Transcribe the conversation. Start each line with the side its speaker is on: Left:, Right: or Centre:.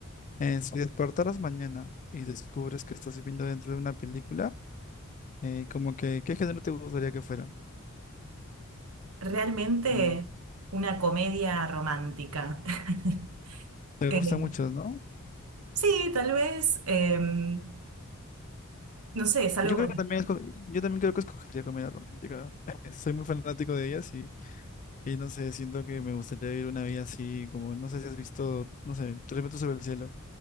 Left: Eh, si despertaras mañana y descubres que estás viviendo dentro de una película, eh, como que, ¿qué género te gustaría que fuera?
Right: Realmente
Left: Como
Right: una comedia romántica. <laughs>
Left: te
Right: Eh,
Left: gustan muchos, ¿no?
Right: sí, tal vez, em, no sé, es algo
Left: Yo
Right: cuando...
Left: creo que también esco- yo también creo que escogería comedia romántica. <laughs> Soy muy fanático de ellas y, y no sé, siento que me gustaría vivir una vida así, como no sé si has visto, no sé, Tres metros sobre el cielo.